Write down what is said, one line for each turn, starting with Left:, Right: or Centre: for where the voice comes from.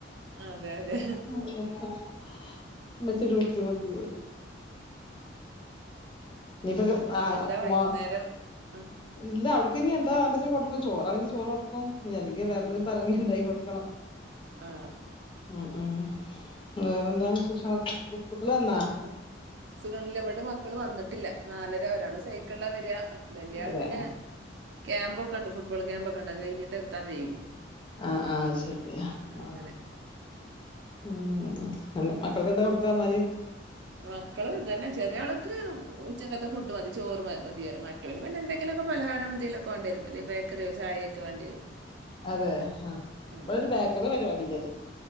Right: അതെ അതെ
Left: ഹ് <unintelligible> ഉം നിപ്പൊ
Right: ഇനി
Left: ആ
Right: എന്താ
Left: പ്പ്മ
Right: വൈകുന്നേരം ആ
Left: ഇല്ല അവ പിന്നെഞാഎന്താച്ച കൊടുക്കും ചോറാണങ്കിൽ ചോറ് കൊടുക്കും അല്ലെങ്കി വേറെ
Right: ആ
Left: എന്തെങ്കിലും പറങ്ങി ഉണ്ടായി കൊടുക്കണം.
Right: ആ
Left: ഉം ഉം വേറെന്താണ് വിശേഷങ്ങളൊക്കെ കുട്ടികള് വന്നാ
Right: വേറെഞ് സുഖല്ലേവിടെ മക്കള് വന്നിട്ട് ല്ല നാലര ഒരാള് സൈക്കിളാ വരാ വല്യള്
Left: അതെ
Right: പിന്നെ ക്യാമ്പൊക്കണ്ട് ഫട്ബോൾ ക്യാമ്പ് ണ്ട കഴിഞ്ഞിട്ട് എത്താൻ വൈകും,
Left: ആഹ് ആഹ് അത് ശരി ആഹ്
Right: അങ്ങനെ
Left: ഉം മക്കൾക്ക് എന്താ കൊടുക്കാവാന്നാല്
Right: മക്കള് ഇതന്നെ ചെറിയ ആൾക്ക് ഉച്ചക്കത്തെ ഫുഡ് മതി ചോറ് മതിയും മറ്റന് പിന്നെ എന്തെിലൊക്കെ പലഹാര എന്തെലുംക്കെ വേണ്ടിരും വല ബേക്കറിയോ ചായയൊക്കെ വേണ്ടി വരും
Left: അതെ ആ
Right: ഉം.
Left: ഇവിടെബേക്കറിയുടെ പരിപാടി ഇല്ല <inaudible>